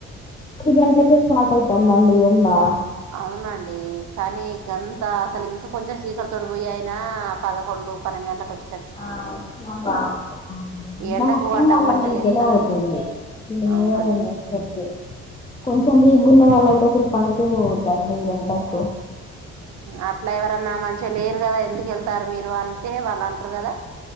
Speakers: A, on the left (about 20°); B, on the right (about 70°).
A: ఆది గంటక స్టార్ట్ అయితుంద అండి ఎడా
B: అవునండి కానీ ఇంకంతా అసలు ఇంకా కొంచెం సీకర్ తోడి పోయాయనా పదకొండు పదింళలకు వచ్చి
A: ఆ బాగు
B: ఈ ఎండకు
A: మొత్తం
B: అడ్డం
A: వాళ్ళ
B: పడితే
A: మీదకిల
B: లేస్తారండి
A: అవుతుంది లేవరండి
B: అవునండి
A: అసరికి కొంచెం బీగగున్న వాళ్ళయితే చి పనకిదం ఉకు
B: అట్లా ఎవరన్నా మంచిగా లేరు కదా ఎందుకు వెళ్తారు మీరు అంటే వాళ్ళు అంటారు కదా